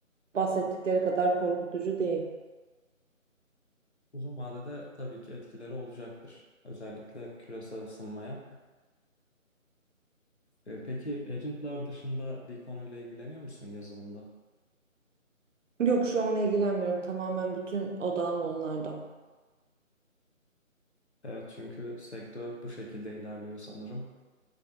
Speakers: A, on the right; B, on the left.
A: bahsettikleri kadar korkutucu değil.
B: Uzun vadede tabii ki etkileri olacaktır. Özellikle küresel ısınmaya. Ee, peki agentlar dışında bir konuyla ilgileniyor musun yazılımda?
A: Yok şu an ilgilenmiyorum. Tamamen bütün odağım onlarda.
B: Evet çünkü sektör bu şekilde ilerliyor sanırım.